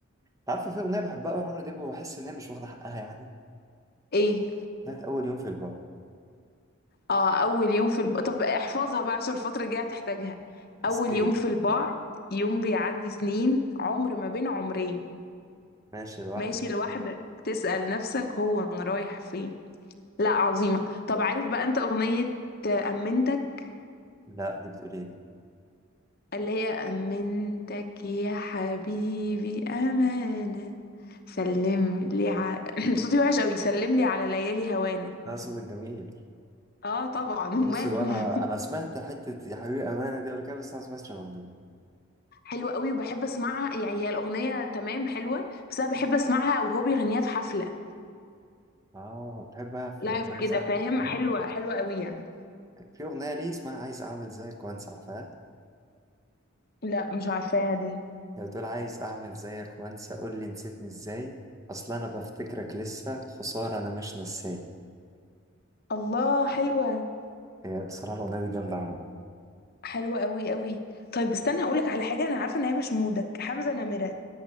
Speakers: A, on the right; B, on the left.
A: أنت عارفه في أغنية بحبها أوي لعمرو دياب وبحس إن هي مش واخدة حقها يعني
B: ايه
A: بتاعت أول يوم في البعد
B: اه اول يوم في الب... طب احفظها بقى عشان الفترة الجاية هتحتاجها
A: حسيت
B: اول يوم في البعد يوم بيعدي سنين عمر ما بين عمرين
A: ماشي لوحدي
B: ماشي لوحدك تسأل نفسك هو انا رايح فين لا عظيمة طب عارف بقى انت اغنية امنتك
A: لا دي بتقول إيه دي
B: اللي هي امنتك يا حبيبي امانة سلم لي ع... <clears throat> صوتي وحش قوي سلم لي على ليالي هوانا
A: لا صوت الجميل
B: اه طبعا وماله
A: بصي وأنا
B: <laughs>
A: أنا سمعت حتة يا حبيبي أمانة دي قبل كده بس أنا ما سمعتش الأغنية
B: حلوة قوي وبحب اسمعها يعني هي الاغنية تمام حلوة بس انا بحب اسمعها وهو بيغنيها في حفلة
A: آه بتحبها في
B: لايف
A: أغنية عايز
B: كده
A: أعمل
B: فاهم
A: كده طبعا
B: حلوة حلوة قوي يعني
A: في أغنية ليه اسمها عايز أعمل زيك وأنسى عارفاها
B: لا مش عارفاها دي
A: لو تقول عايز اعمل زيك وانسى قول لي نسيتني ازاي اصل انا بفتكرك لسه خسارة انا مش نساي
B: الله حلوة
A: هي بصراحة الاغنية دي جامدة عموما
B: حلوة قوي قوي طيب استنى هقولك على حاجة أنا عارفة إن هي مش مودك حمزة نمرة